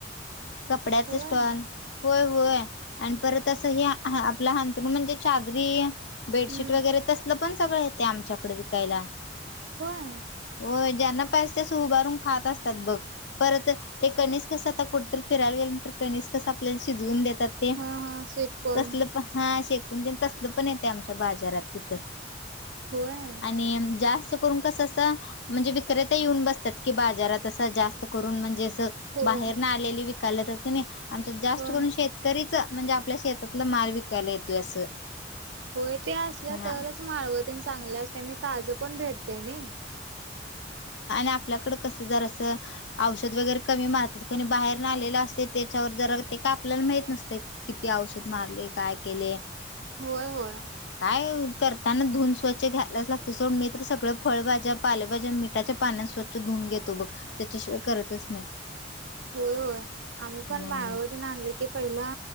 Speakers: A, on the left (about 70°); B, on the right (about 70°).
A: कपड्याच
B: होय
A: स्टॉल हो होय आणि परत अस ह आपला हंतरुण म्हणजे चादरी बेडशीट
B: हम्म
A: वगैरे तसलं पण सगळं येते आमच्याकडे विकायला
B: होय
A: हो ज्यांना उभारून खात असतात बघ परत ते कणीस फिरायला गेल्या नंतर कणीस आपल्याला शिजवून देतात ते
B: हा हा स्वीटकॉर्न
A: तसलं पण हा शे तसल पण येते आमच्या बाजारात तिथ
B: होय
A: आणि जास्त क म्हणजे विक्रेता येऊन बसतात की बाजारात जास्त करून म्हणजे
B: होय
A: बाहेर न आलेली विकाल्या तर त आमच्या जास्त
B: हो
A: करून शेतकरीच म्हणजे आपल्या शेतातला माल विकायला येतोय असं
B: होय ते असलं
A: हा
B: तरच माळवतीन चांगल्या असतेनी ताजं पण भेटतय ना
A: आपल्या कडे औषध कमी मारतात आले असते त्याच्यावर जरा ते का आपल्याला माहित नसते किती औषध मारले काय केले
B: होय होय
A: काय करताना धुन स्वच्छ घ्यायलाच लागते सोड तर सगळं फळभज्या पालेभज्या मिठाच्या पाण्या स्वच्छ धुन घेतो बघ त्याच्याशिवाय करतच नाही
B: होय होय आम्ही पण
A: हम्म
B: बा आणले की पहिला